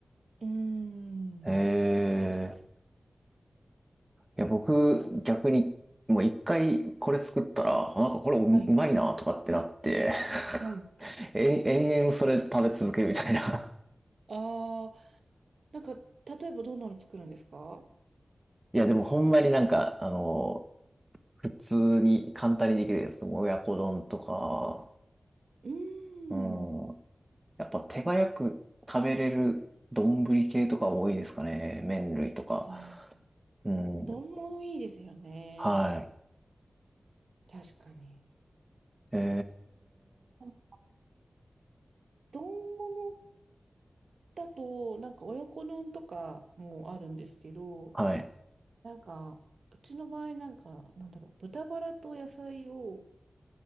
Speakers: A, on the right; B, on the right.
A: うーん。
B: ええ。いや、僕、逆に、もう一回これ作ったら、あなんかこれううまいなとかってなって、
A: はい。はい。
B: <laughs> え、延々それ食べ続けるみたいな。
A: ああ、なんか、例えばどんなの作るんですか
B: <laughs> いや、でもほんまになんか、あの、普通に簡単にできるやつでも親子丼とか、
A: うーん。
B: うん。やっぱ手早く食べれる丼系とか多いですかね。麺類とか。
A: あー
B: うん。
A: 丼物いいですよね。
B: はい。
A: 確かに。
B: え
A: なんか丼物だと、なんか親子丼とかもあるんですけど、
B: ー、はい。
A: なんか、うちの場合、なんか、なんだろう、豚バラと野菜を